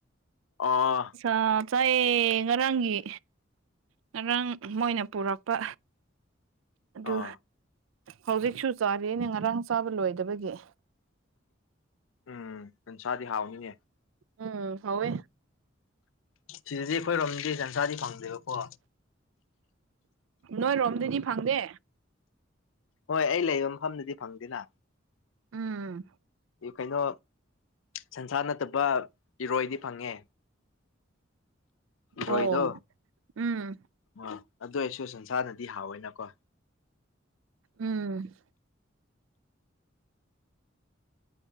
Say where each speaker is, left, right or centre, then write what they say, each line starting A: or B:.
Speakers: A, on the left (about 85°); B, on the right (about 85°).
A: ꯑꯣ
B: ꯑ ꯆꯥꯏꯌꯦ ꯉꯔꯥꯡꯒꯤ ꯉꯔꯥꯡ ꯃꯣꯏꯅ ꯄꯨꯔꯛꯄ ꯑꯗꯨ
A: ꯑꯣ
B: ꯍꯧꯖꯤꯛꯁꯨ ꯆꯥꯔꯤꯅꯦ ꯉꯔꯥꯡ ꯆꯥꯕ ꯂꯣꯏꯗꯕꯒꯤ
A: ꯎꯝ ꯁꯟꯁꯥꯗꯤ ꯍꯥꯎꯅꯤꯅꯦ
B: ꯎꯝ ꯍꯥꯎꯋꯦ
A: ꯁꯤꯗꯗꯤ ꯑꯩꯈꯣꯏꯔꯣꯝꯗꯤ ꯖꯟꯁꯥꯗꯤ ꯐꯪꯗꯦꯕꯀꯣ
B: ꯅꯣꯏꯔꯣꯝꯗꯗꯤ ꯐꯪꯗꯦ
A: ꯍꯣꯏ ꯑꯩ ꯂꯩꯕ ꯃꯐꯝꯗꯗꯤ ꯐꯪꯗꯦꯅ
B: ꯎꯝ
A: ꯀꯩꯅꯣ ꯁꯟꯁꯥ ꯅꯠꯇꯕ ꯏꯔꯣꯏꯗꯤ ꯐꯪꯉꯦ ꯔꯣꯏꯗ
B: ꯑꯣ ꯎꯝ
A: ꯑ ꯑꯗꯨ ꯑꯩꯁꯨ ꯁꯟꯁꯥꯅꯗꯤ ꯍꯥꯎꯋꯦꯅꯀꯣ
B: ꯎꯝ